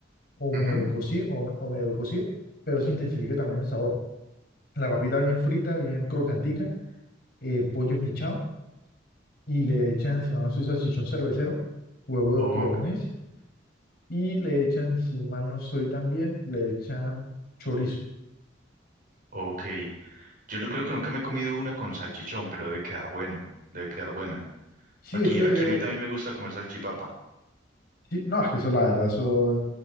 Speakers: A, on the left; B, on the right.
A: o
B: ujú.
A: medio cocido, o, o medio cocido, pero eso intensifica también el sabor la papita bien frita, bien crocantica, eh, pollo esmechado, y le echan, si mal no estoy, salchichón cervecero, huevo
B: Oh,
A: de codorniz, y le echan, si mal no estoy también, le echan chorizo.
B: ok. Yo no creo que nunca me he comido una con salchichón, pero debe quedar bueno, debe quedar buena.
A: Sí,
B: Aquí,
A: es que,
B: aquí
A: eh,
B: a mí también me gusta comer salchipapa.
A: sí, no, es que eso, la verdad, eso,